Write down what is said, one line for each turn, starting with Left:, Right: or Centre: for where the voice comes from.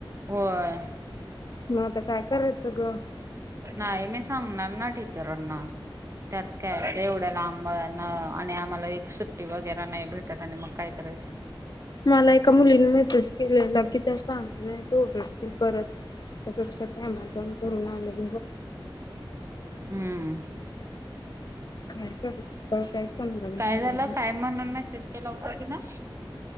Right: होय
Left: म आता काय करायचं ग?
Right: नाही मी सांगणार ना टीचरांना. त्यात काय एवढ्या लांब आणि आम्हाला एक सुट्टी वगैरे नाही भेटत आणि मग काय करायचं. <unintelligible>
Left: मला एका मुलीने मेसेज केलेला की त्या सांग नाही ओरडतील परत त्यापेक्षा, <inaudible> जाऊन करून आलेल
Right: हम्म
Left: काय करू, काय समजालं
Right: काय
Left: झालं
Right: काय म्हणून मेसेज केला होता कि नाय.